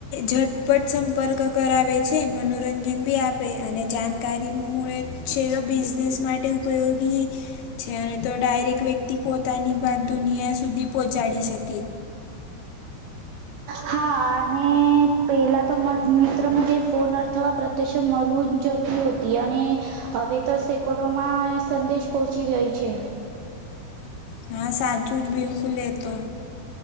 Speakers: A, on the left; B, on the right.
A: ઝટપટ સંપર્ક કરાવે છે. મનોરંજન બી આપ આપે. અને જાણકારી <unintelligible> છે તો બિઝનેસ માટે ઉપયોગી છે, અને તો ડાયરેક વ્યક્તિ પોતાની બાત દુનિયા સુધી પહોંચાડી શક
B: હા. અને પેલા તો મત મિત્ર મજે ફોન અર્થવા પ્રત્યક્ષ મલવું જરૂરી હોતી. અને હવે તો <unintelligible> <unintelligible> માં સંદેશ પહોંચી જાય છે.
A: હા સાચું જ, બિલકુલ એ તો.